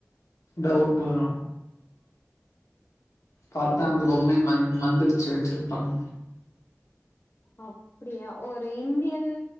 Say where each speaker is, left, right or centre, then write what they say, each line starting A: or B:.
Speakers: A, on the left; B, on the left.
A: டவுட் வரு பாத்தா அந்த பொம்மைய மந் மந்திரிச்சு வச்சிருப்பாங்க
B: அப்டியா ஒரு இந்தியன்